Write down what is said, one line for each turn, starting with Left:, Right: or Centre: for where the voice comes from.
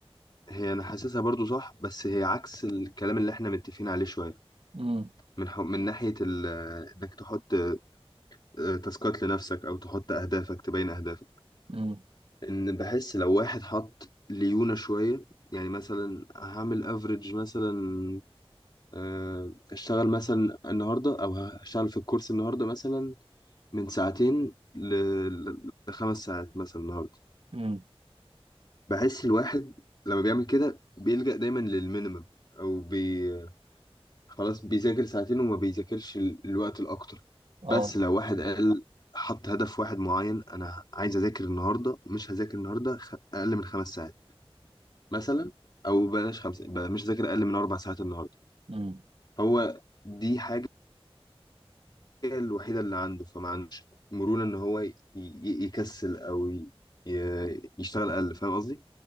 Left: هي أنا حاسسها برضو صح بس هي عكس الكلام اللي احنا متفقين عليه شوية
Right: امم
Left: من حو... من ناحية ال... إنك تحط أه، تاسكات لنفسك أو تحط أهدافك تبين أهدافك
Right: امم
Left: إن بحس لو واحد حط ليونة شوية يعني مثلا هعمل افريج مثلا أه، اشتغل مثلا النهاردة أو هشتغل في الكورس النهاردة مثلا من ساعتين ل... ل- لخمس ساعات مثلا النهارده
Right: امم
Left: بحس الواحد لما بيعمل كده بيلجأ دايما للمينيمم او بي... خلاص بيذاكر ساعتين وما بيذاكرش ال- الوقت الاكتر
Right: اه
Left: بس لو واحد قال حط هدف واحد معين انا عايز اذاكر النهارده مش هذاكر النهارده خ... اقل من خمس ساعات مثلا او بلاش خمسه بقى مش هذاكر اقل من اربع ساعات النهارده
Right: امم
Left: هو دي حاجه هي الوحيدة اللي عنده فما عندوش مرونة إن هو ي- ي- يكسل أو ي- ي- يشتغل أقل فاهم قصدي؟